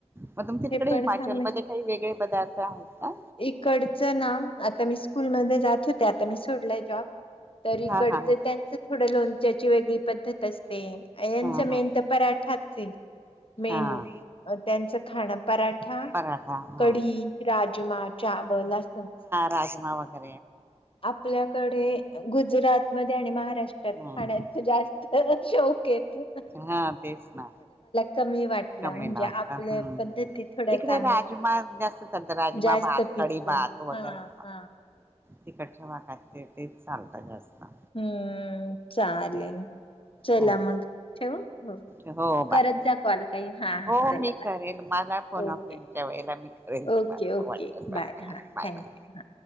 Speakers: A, on the right; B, on the left.
A: मग तुमच्या
B: हे
A: तिकडे
B: पण
A: हिमाचलमध्ये
B: आ
A: काही वेगळे पदार्थ आहेत का?
B: इकडचं ना आता मी स्कूलमध्येध्ये जात होते आता मी सोडलाय जॉब त इकडचं
A: हा हा हा
B: त्यांचं थोडं लोणच्याची वेगळी पद्धत असते. यांचं
A: हा
B: मेन
A: हा
B: तर पराठाच आहे, मेन
A: हा
B: त्यांचं खाणं पराठा,
A: पराठा हा
B: कढी, राजमा, चावल असं
A: राजमाव ह
B: आपल्याकडे गुजरात मध्ये आणि महाराष्ट्रात
A: हम्म
B: खाण्याच जास्त शौकेत <inaudible>
A: हा तेस ना
B: कमी वाटलं
A: चला
B: म्हणजे
A: वाटत
B: आपल्या
A: हम्
B: पद्धती
A: ह्
B: थोड्या
A: तिकडे
B: चांग
A: राजमा जास्त चालत राजमा
B: जास्त
A: भात
B: पिकतो
A: कडी भात वगैरे,
B: हा हा
A: तिकडच्या भागात ते तेच चालतात जास्त
B: हम्म चालेल. चला
A: हो
B: मग ठेव हो
A: हो बाय
B: करत जा कॉल काही हा
A: हो
B: हा चला
A: मी
B: बाय.
A: करेल मला फोन
B: ओके,
A: ऑफ्रेंडच्या वेळेला मी करेल
B: ओके,
A: तुम्हाला
B: ओके
A: वाटत
B: बाय हां
A: बाय
B: थँक्यू हां